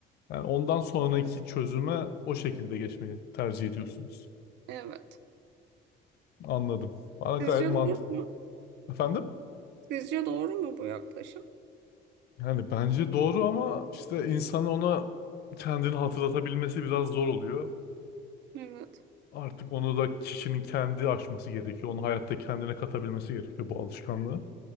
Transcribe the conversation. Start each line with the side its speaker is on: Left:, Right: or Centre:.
Left: yani ondan sonraki çözüme o şekilde geçmeyi tercih ediyorsunuz.
Right: Evet.
Left: Anladım. Bana
Right: Sizce
Left: gayet mantıklı.
Right: doğru mu?
Left: Efendim?
Right: Sizce doğru mu bu yaklaşım?
Left: Yani bence doğru ama işte insan ona kendini hatırlatabilmesi biraz zor oluyor.
Right: Evet.
Left: Artık onu da kişinin kendi aşması gerekiyor. Onu hayatta kendine katabilmesi gerekiyor bu alışkanlığı.